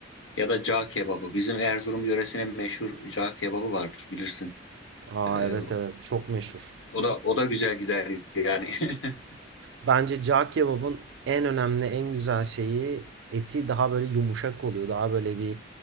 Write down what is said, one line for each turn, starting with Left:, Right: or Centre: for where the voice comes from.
Left: Ya da cağ kebabı. Bizim Erzurum yöresine meşhur cağ kebabı vardır bilirsin.
Right: Aa
Left: E,
Right: evet evet çok meşhur.
Left: o da o da güzel gider yani. <laughs>
Right: Bence cağ kebabın en önemli en güzel şeyi eti daha böyle yumuşak oluyor. Daha böyle bir